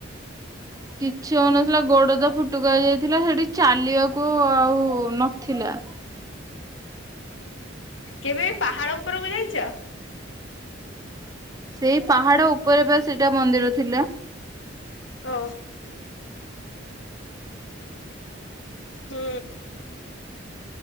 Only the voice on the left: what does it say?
କେବେ ଏ ପାହାଡ ଉପରକୁ ଯାଇଛ?
ଓ। ହୁଁ।